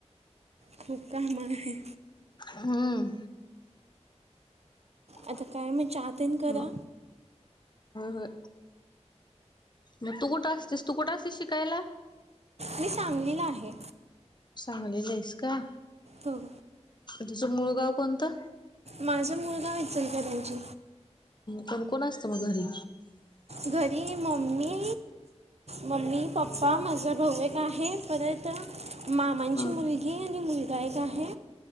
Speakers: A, on the right; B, on the left.
A: खूप काम आहे.
B: हम्म. ह
A: आता काय मी चाहतेन करा
B: आ हो. मग तू कुठं असतेस तू कुठं असतेस शिकायला.
A: मी सांगलीला आहे.
B: सांगलीला आहेस का?
A: हो.
B: तुझं मूळगाव कोणतं?
A: माझा मुलगा वचल का त्यांची
B: कोण कोण असतं मग घरी
A: घरी मम्मी मम्मी पप्पा माझा भाऊ एक आहे परत आता मामांची
B: ह
A: मुलगी आणि मुलगा एक आहे